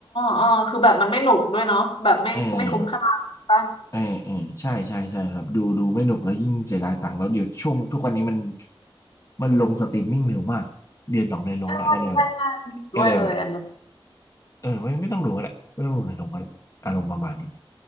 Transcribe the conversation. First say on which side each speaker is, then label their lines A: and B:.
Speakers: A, on the left; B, on the left.
A: อ๋อคือแบบมันไม่หนุกด้วยเนาะแบบไม่ไม่คุ้มค่าป่ะ
B: อืม เออเออใช่ใช่ใช่ครับดูดูไม่หนุกแล้วยิ่งเสียดายตังค์แล้วเดี๋ยวช่วงทุกวันนี้มันมันลงสตรีมมิ่งเร็วมากเดือนสองเดือนลงละก็เลยแบบ
A: ใช่ใช่ใช่ด้วยเลยอันนี้
B: ก็เลยแบบเออไม่ไม่ต้องดูก็ได้ไม่ต้องดูในลงก็ได้อารมณ์ประมาณนี้